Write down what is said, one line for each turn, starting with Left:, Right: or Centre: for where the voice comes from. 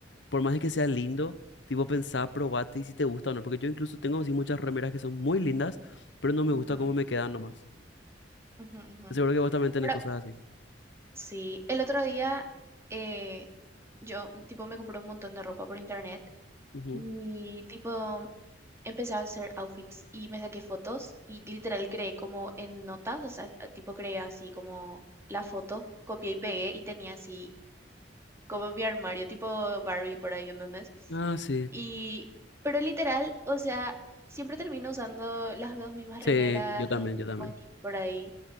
Left: Por más de que sea lindo, tipo pensá, probate y si te gusta o no. Porque yo incluso tengo así muchas remeras que son muy lindas, pero no me
Right: Ujú,
Left: gusta cómo me quedan nomás.
Right: ujú, ujú.
Left: Seguro que vos también tenés
Right: Pero
Left: cosas así.
Right: sí, el otro día eh, yo tipo me compré un montón de ropa por internet
Left: Ujú.
Right: y tipo empecé a hacer outfits y me saqué fotos y literal creé como en notas, o sea, tipo creé así como las fotos, copié y pegué y tenía así como mi armario tipo Barbie por ahí, ¿entendés?
Left: Ah, sí.
Right: Y, pero literal, o sea, siempre termino usando las dos mismas remeras,
Left: Sí, yo también,
Right: los
Left: yo también.
Right: mismos jeans por ahí.